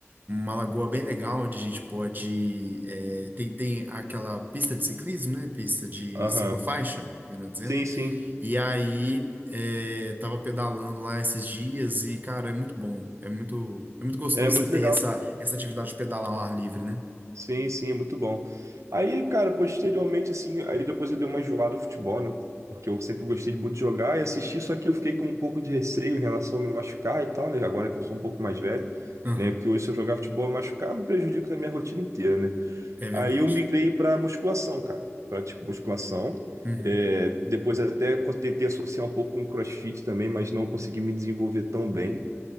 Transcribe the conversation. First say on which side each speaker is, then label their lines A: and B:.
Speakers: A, on the right; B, on the right.
A: uma lagoa bem legal onde a gente pode. é, tem, tem aquela pista de ciclismo, né? Pista de
B: Aham.
A: ciclofaixa, melhor dizendo.
B: Sim, sim.
A: E aí é, tava pedalando lá esses dias e, cara, é muito bom. É muito, é muito gostoso
B: É muito
A: você ter
B: legal.
A: essa, essa atividade de pedalar ao ar livre, né?
B: Sim, sim, é muito bom. Aí, cara, posteriormente, assim, aí depois eu dei uma enjoada no futebol, né? Porque eu sempre gostei muito de jogar e assistir, só que eu fiquei com um pouco de receio em relação a me machucar e tal, né? Agora que eu sou um pouco mais velho,
A: Aham,
B: né? Porque hoje se eu jogar futebol e machucar, me prejudico na minha rotina inteira, né?
A: é verdade.
B: Aí eu migrei pra musculação, cara. Pratico musculação.
A: Uhum,
B: É, depois até co- tentei associar um pouco com CrossFit também, mas não consegui me desenvolver tão bem